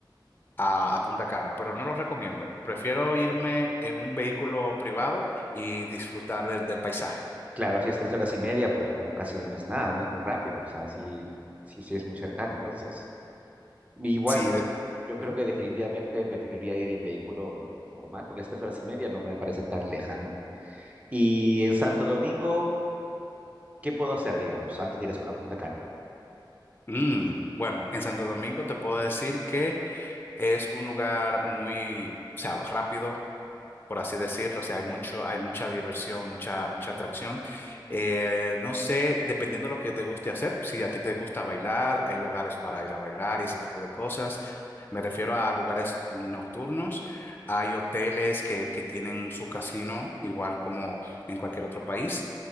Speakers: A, on the left (about 25°); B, on the right (about 15°).
A: a, a Punta Cana, pero no lo recomiendo. Prefiero irme en un vehículo privado y disfrutar del, del paisaje.
B: Claro, si es tres horas y media, pues no, casi no es nada, no es muy rápido. O sea, sí, sí, sí es muy cercano, entonces. Igual,
A: Sí, de-
B: yo
A: ¿Mm?
B: creo que definitivamente preferiría ir en vehículo normal, porque es tres horas y media, no me parece tan lejano. Y en Santo Domingo. ¿Qué puedo hacer, digamos, antes de ir a, su- a Punta Cana?
A: Mm, bueno, en Santo Domingo te puedo decir que es un lugar muy, o sea, rápido, por así decirlo. O sea, hay mucho, hay mucha diversión, mucha, mucha atracción. Eh, no sé, dependiendo de lo que te guste hacer, si a ti te gusta bailar, hay lugares para ir a bailar y ese tipo de cosas. Me refiero a lugares nocturnos. Hay hoteles que, que tienen su casino, igual como en cualquier otro país.